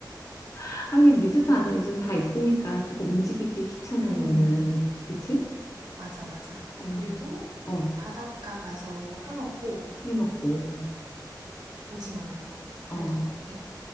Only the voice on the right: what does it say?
어.
음
맞아 맞아
그리고
바닷가 가서 회 먹고
오징어 이런 거 그랬던
것 같아